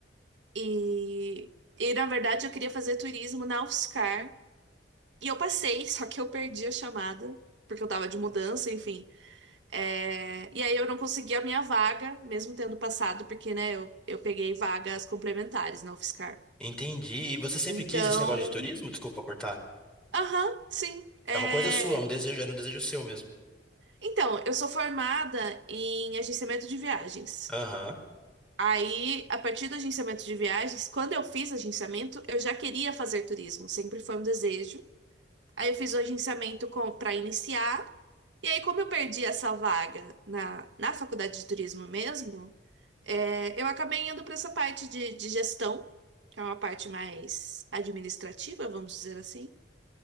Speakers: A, on the right; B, in the centre.
A: E, e na verdade eu queria fazer turismo na UFSCar. E eu passei, <laughs> só que eu perdi a chamada, porque eu tava de mudança, enfim. É, e aí eu não consegui a minha vaga, mesmo tendo passado, porque, né, eu, eu peguei vagas complementares na UFSCar.
B: Entendi. E você sempre
A: Então,
B: quis esse negócio de turismo? Desculpa cortar.
A: aham, sim. É,
B: É uma coisa sua, é um desejo, era um desejo seu mesmo.
A: Então, eu sou formada em agenciamento de viagens.
B: Aham.
A: Aí, a partir do agenciamento de viagens, quando eu fiz agenciamento, eu já queria fazer turismo, sempre foi um desejo. Aí eu fiz o agenciamento com para iniciar. E aí, como eu perdi essa vaga na, na faculdade de turismo mesmo, é, eu acabei indo para essa parte de, de gestão, que é uma parte mais administrativa, vamos dizer assim.